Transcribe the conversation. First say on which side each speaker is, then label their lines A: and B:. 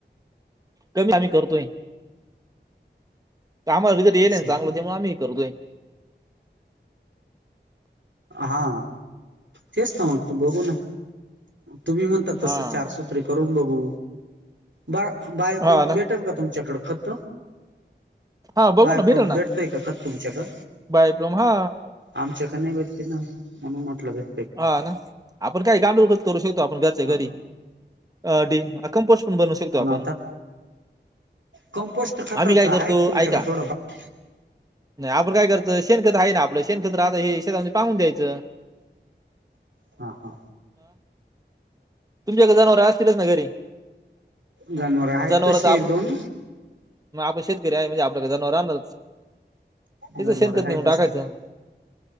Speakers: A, on the right; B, on the right.
A: कभी आम्ही करतोय तर आम्हाला रिझल्ट येईल
B: असं
A: ना
B: आहे
A: चांगलं
B: का
A: त्यामुळे आम्ही करतोय
B: हा. तेच ना मनतो, बघून ना. तुम्ही म्हणता तस
A: हा
B: चारसूत्रीे करून बघू बा बायोप्रोम
A: हा ना
B: भेटेल का तुमच्याकडं खत्त
A: हा बघू
B: बायप्रोम
A: ना भेटेल
B: भेटतय
A: ना
B: का खत तुमच्याकडं?
A: बायोप्लॉम हा
B: आमच्या भेटते ना म्हणून म्हटलं भेटते काय?
A: हा ना आपण काय गांडूळखत करू शकतो आपण घरचे घरी
B: हा
A: अ डी कंपोस्ट स्ट बनवू शकतो
B: पण
A: आपण
B: आता कंपोस्ट खताचं
A: आम्ही काय करतो
B: आहे का तुमच्याकडे
A: ऐका
B: थोडंफार
A: नाही आपण काय करतं शेण खत आहे ना आपलं शेण खत राहत हे शेता मध्ये पाांगून द्यायचं.
B: हा हा.
A: तुमच्याकडं जानवरं असतीलच न घरी?
B: जनावरं आहेत
A: जनावर
B: तशी
A: तर आपण
B: एक दोन
A: मग आपण शेतकरी आहे, म्हणजे आपल्याकडं जनावरं राहणारच.
B: जनावर
A: याच शेणखत
B: आहे
A: नेऊन
B: तीच
A: टाकायचं.
B: ना